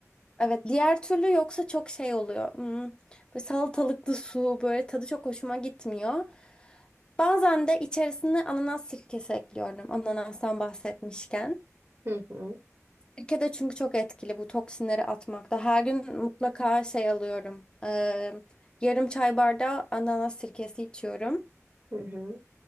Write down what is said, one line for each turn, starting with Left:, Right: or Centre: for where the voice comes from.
Left: Evet diğer türlü yoksa çok şey oluyor. Hmm, böyle salatalıklı su böyle tadı çok hoşuma gitmiyor. Bazen de içerisine ananas sirkesi ekliyorum. Ananastan bahsetmişken.
Right: Hı hı.
Left: Sirke de çünkü çok etkili bu toksinleri atmakta. Her gün mutlaka şey alıyorum. Eee, yarım çay bardağı ananas sirkesi içiyorum.
Right: Hı hı.